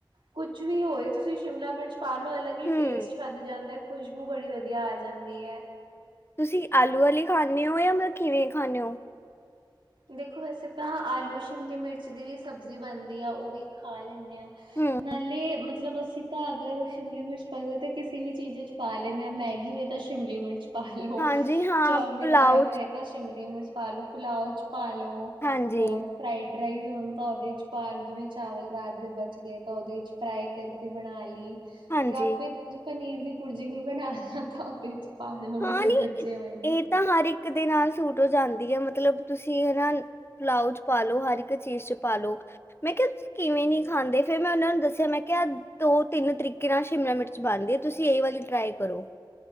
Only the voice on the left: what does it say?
ਹੂੰ
ਤੁਸੀਂ ਆਲੂ ਵਾਲੇ ਖਾਂਦੇ ਹੋ ਜਾਂ ਮਤਲਬ ਕਿਵੇਂ ਖਾਂਦੇ ਹੋ।
ਹੂੰ
ਹਾਂਜੀ ਹਾਂ
ਪੁਲਾਓ
ਚ
ਹਾਂਜੀ
ਹਾਂਜੀ
ਹਾਂ
ਨਹੀਂ
ਇਹ ਤਾਂ ਹਰ ਇੱਕ ਦੇ ਨਾਲ ਸੂਟ ਹੋ ਜਾਂਦੀ ਹੈ ਮਤਲਬ ਤੁਸੀਂ ਹਨਾ ਬਲਾਊਜ ਪਾਲੋ, ਹਰ ਇੱਕ ਚੀਜ਼ ਚ ਪਾਲੋ। ਮੈਂ ਕਿਹਾ ਕਿਵੇਂ ਨੀ ਖਾਂਦੇ। ਫਿਰ ਮੈਂ ਓਨਾਂ ਨੂੰ ਦੱਸਿਆ, ਮੈਂ ਕਿਹਾ ਦੋ ਤਿੰਨ ਤਰੀਕੇ ਨਾਲ ਸ਼ਿਮਲਾ ਮਿਰਚ ਬਣਦੀ ਏ, ਤੁਸੀਂ ਏ ਵਾਲੀ ਟ੍ਰਾਈ ਕਰੋ।